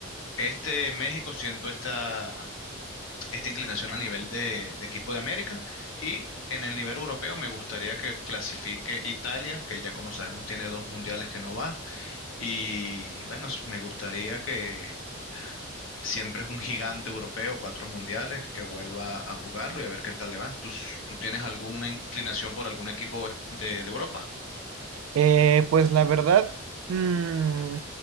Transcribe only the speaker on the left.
este México siento esta, esta inclinación a nivel de, de equipo de América y en el nivel europeo me gustaría que clasifique Italia, que ya como sabemos tiene dos mundiales que no va y bueno, s- me gustaría que siempre es un gigante europeo, cuatro mundiales, que vuelva a jugarlo y a ver qué tal le va. ¿Tú, s- tú tienes alguna inclinación por algún equipo es- de, de Europa?